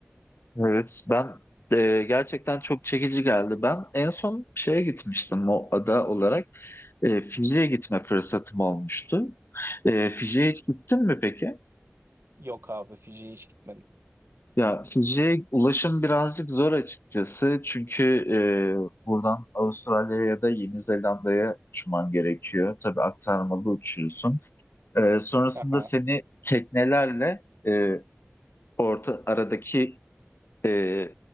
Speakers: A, on the left; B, on the right.
A: Evet, ben e, gerçekten çok çekici geldi. Ben en son şeye gitmiştim o ada olarak. E, Fiji'ye gitme fırsatım olmuştu. E, Fiji'ye hiç gittin mi peki?
B: Yok abi Fiji'ye hiç gitmedim.
A: Ya Fiji'ye ulaşım birazcık zor açıkçası. Çünkü e, buradan Avustralya'ya ya da Yeni Zelanda'ya uçman gerekiyor. Tabii aktarmalı uçuyorsun. E, sonrasında
B: Aha,
A: seni teknelerle e, orta aradaki e,